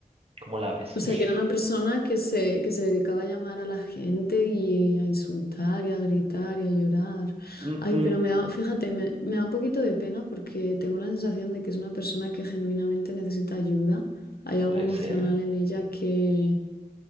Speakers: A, on the right; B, on the left.
A: ¿Cómo la ves?
B: O sea,
A: <laughs>
B: que era una persona que se, que se dedicaba a llamar a la gente y a insultar y a gritar y a llorar.
A: Mm,
B: Ay,
A: mm,
B: pero me da, fíjate, me, me da un poquito de pena porque tengo la sensación de que es una persona que genuinamente necesita ayuda. Hay algo
A: puede
B: emocional
A: ser.
B: en ella que,